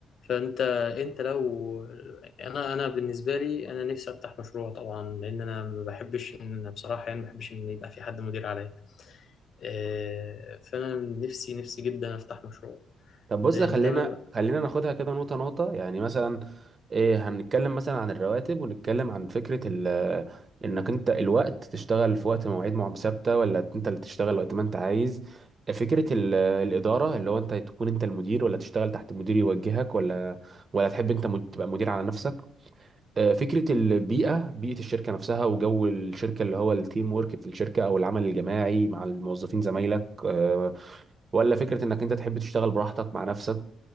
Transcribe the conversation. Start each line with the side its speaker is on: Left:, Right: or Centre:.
Left: فانت انت لو انا انا بالنسبه لي انا نفسي افتح مشروع طبعا لان انا ما بحبش ان انا بصراحه يعني ما بحبش ان يبقى في حد مدير عليا آه، فانا نفسي نفسي جدا افتح مشروع
Right: طب بص
Left: لان
Right: خلينا
Left: انا
Right: خلينا ناخدها كده نقطة نقطة يعني مثلا إيه هنتكلم مثلا عن الرواتب ونتكلم عن فكرة ال إنك أنت الوقت تشتغل في وقت مواعيد مع- ثابتة ولا أنت اللي تشتغل وقت ما أنت عايز فكرة ال- الإدارة اللي هو أنت تكون أنت المدير ولا تشتغل تحت مدير يوجهك ولا ولا تحب أنت مد- تبقى مدير على نفسك آه، فكرة البيئة بيئة الشركة نفسها وجو الشركة اللي هو التيم ورك في الشركة أو العمل الجماعي مع الموظفين زمايلك آه، ولا فكرة انك انت تحب تشتغل براحتك مع نفسك